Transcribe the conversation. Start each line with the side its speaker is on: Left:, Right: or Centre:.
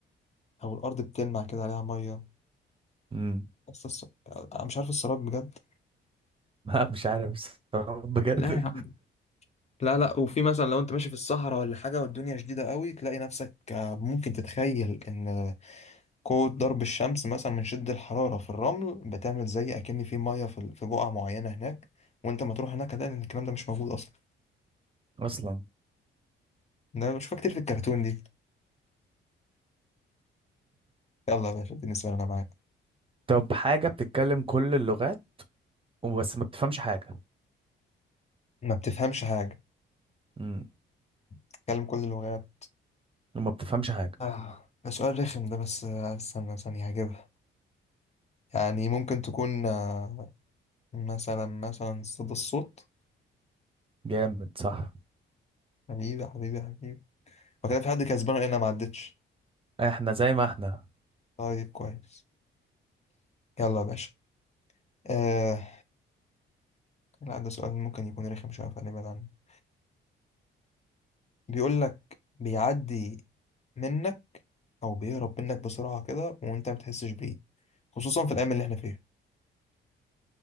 Left: أو الأرض بتلمع كده عليها مية
Right: امم
Left: بس الص... انا مش عارف السراب بجد
Right: <laughs> لا مش عارف السراب بجد
Left: لا يا عم لا لا وفي مثلا لو انت ماشي في الصحراء ولا حاجة والدنيا شديدة قوي تلاقي نفسك آه، ممكن تتخيل ان قوة ضرب الشمس مثلا من شد الحرارة في الرمل بتعمل زي اكن في مية في ال- في بقعة معينة هناك وانت ما تروح هناك هتلاقي ان الكلام ده مش موجود اصلا
Right: <laughs> اصلا
Left: انا بشوفها كتير في الكرتون دي يلا يا باشا اديني سؤال انا معاك
Right: طب حاجة بتتكلم كل اللغات وبس ما بتفهمش حاجة
Left: ما بتفهمش حاجة
Right: امم
Left: تتكلم كل اللغات
Right: وما بتفهمش حاجة
Left: آه ده سؤال رخم ده بس آه، استنى ثانية هجيبها يعني ممكن تكون آه، مثلا مثلا صدى الصوت
Right: جامد صح
Left: حبيبي حبيبي حبيبي وكده في حد كسبان ولا انا ما عدتش
Right: احنا زي ما احنا
Left: طيب كويس يلا يا باشا آه لا ده سؤال ممكن يكون رخم شويه فنبعد عنه بيقول لك بيعدي منك او بيهرب منك بسرعه كده وانت ما بتحسش بيه خصوصا في الايام اللي احنا فيها